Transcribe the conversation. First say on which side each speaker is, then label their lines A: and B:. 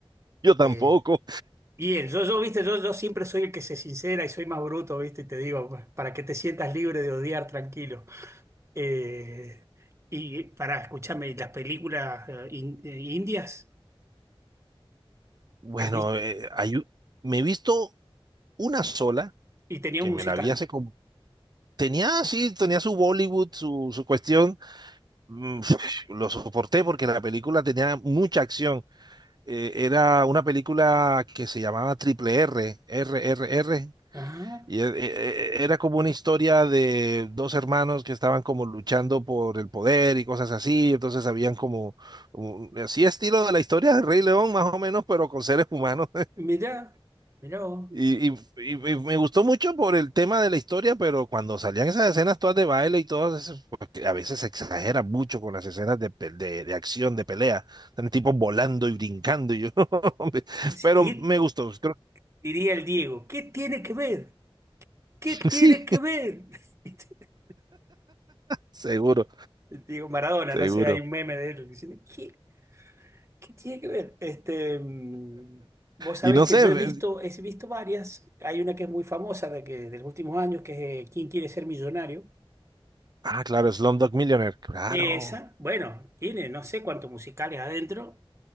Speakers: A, on the right (about 45°); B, on the right (about 30°).
A: Yo tampoco.
B: Eh, bien, yo, yo, viste, yo, yo siempre soy el que se sincera y soy más bruto, viste, y te digo, para que te sientas libre de odiar tranquilo. Eh, y para escúchame, ¿y las películas eh, in- eh, indias,
A: Bueno,
B: ¿has vis-
A: eh, hay u- me he visto una sola
B: Y tenía
A: que
B: un musical.
A: me la vi hace como... Tenía, sí, tenía su Bollywood, su, su cuestión. Mm, <laughs> <sniffs> Lo soporté porque la película tenía mucha acción. eh, era una película que se llamaba Triple R, R R R,
B: Ah,
A: y e- e- era como una historia de dos hermanos que estaban como luchando por el poder y cosas así, entonces habían como, un- así estilo de la historia del Rey León, más o menos, pero con seres humanos.
B: mirá, mirá vos.
A: Y, y- y- y me gustó mucho por el tema de la historia, pero cuando salían esas escenas todas de baile y todo eso, porque a veces se exagera mucho con las escenas de, pe- de, de acción, de pelea, están tipos volando y brincando, y yo, <laughs> hombre,
B: Decís,
A: pero
B: ¿Qué
A: me gustó, creo
B: diría el Diego? ¿Qué tiene que ver? ¿Qué
A: <laughs>
B: tiene
A: sí,
B: que ver? <laughs>
A: seguro,
B: El Diego Maradona,
A: seguro.
B: no sé, hay un meme de él diciendo, ¿qué, qué tiene que ver? Este, mm, vos sabés
A: Y no
B: que
A: sé,
B: yo he
A: me-
B: visto, he visto varias. Hay una que es muy famosa de que, de los últimos años, que es eh, ¿Quién quiere ser millonario?
A: ah, claro, Slumdog Millionaire, claro,
B: Esa, bueno, tiene no sé cuántos musicales adentro,